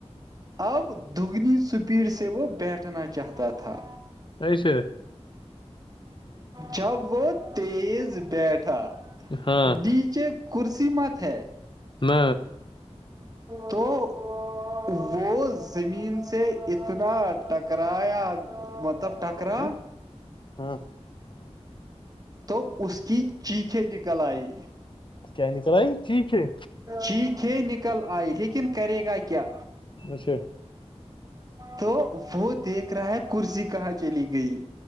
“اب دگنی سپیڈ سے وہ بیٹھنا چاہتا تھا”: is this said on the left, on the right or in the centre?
Right